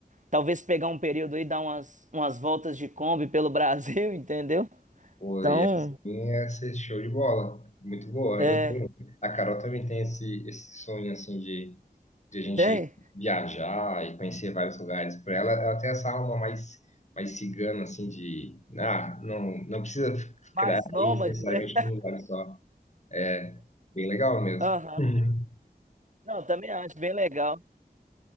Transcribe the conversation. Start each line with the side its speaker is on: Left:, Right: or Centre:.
Right: Talvez pegar um período aí, dar umas, umas voltas de Kombi pelo Brasil, <laughs> entendeu?
Left: Pô,
Right: Então,
Left: e assim é ser show de bola. Muito boa.
Right: é.
Left: Eu também. A Carol também tem esse, esse sonho assim de, de a gente
Right: Tem.
Left: viajar e conhecer vários lugares. Para ela, ela tem essa alma mais, mais cigana, assim, de ah, não, não precisa ficar
Right: Mais nômade,
Left: aí necessariamente
Right: né?
Left: num lugar só. É bem legal mesmo.
Right: Aham.
Left: Uhum.
Right: Não, também acho bem legal.